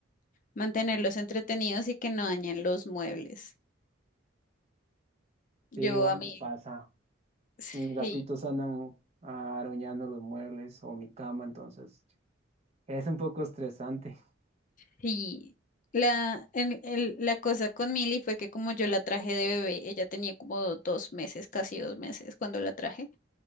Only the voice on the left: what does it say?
mantenerlos entretenidos y que no dañen los muebles. Yo
a mí,
sí,
sí. La, el- el- la cosa con Milly fue que como yo la traje de bebé, ella tenía como dos meses, casi dos meses cuando la traje,